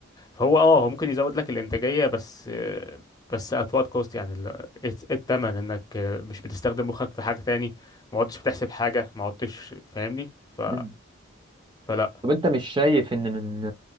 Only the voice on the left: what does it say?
هو اه هو ممكن يزود لك الانتاجيه بس آه، بس at what cost يعني ال- ايه إيه التمن انك آه، مش بتستخدم مخك في حاجه تاني ما عدتش بتحسب حاجه ما عدتش فاهمني ف
فلا